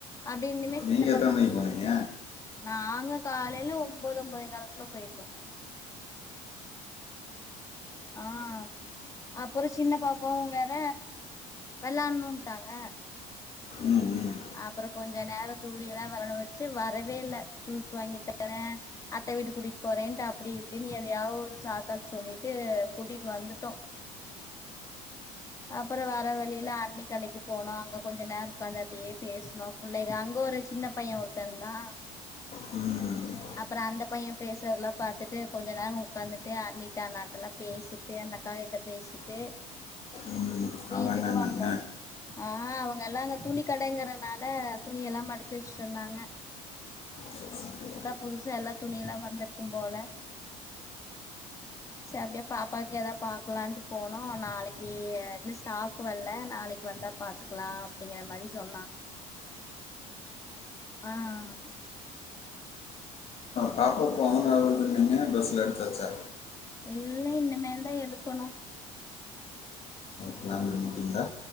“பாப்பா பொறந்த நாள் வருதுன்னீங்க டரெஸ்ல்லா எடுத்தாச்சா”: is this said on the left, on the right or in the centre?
Left